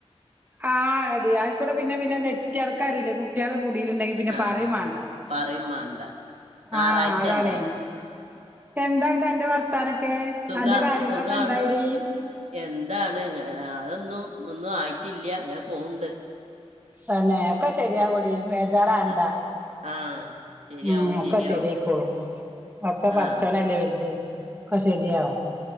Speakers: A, on the right (about 15°); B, on the right (about 80°).
A: ആഹ് എടി ആയിക്കൂടെ പിന്നെ പിന്നെ നെറ്റ് അനക്കാറിയില്ലെ കുട്ടികള് കുടില് ഉണ്ടെങ്കിൽ പിന്നെ
B: ആ
A: പറയും വാണ്ട
B: പറയും വേണ്ട ഞായറാഴ്ച
A: ആഹ് അതാണ്
B: അല്ലേ
A: എന്താണ്ട് അന്റെ വർത്താനൊക്കെ
B: സുഖ
A: അന്റെ കാര്യങ്ങളൊക്കെ
B: സുഖമാണ്
A: എന്തായെടി
B: എന്താണ് ഇങ്ങ അതൊന്നും ഒന്നും ആയിട്ടില്ല ഇങ്ങനെ പോക്ണ്ട്
A: തന്നെ ഒക്കെ ശരിയാവുമെടി വേജാറാവണ്ട.
B: ആ ആ, ശരിയാവും
A: ഉം ഒക്കെ
B: ശരിയാവും
A: ശരി ആയിക്കോളും. ഒക്കെ പടച്ചോനല്ലേ
B: ആഹ്
A: വലുത്. ഒക്കൊ ശെരിയാവും.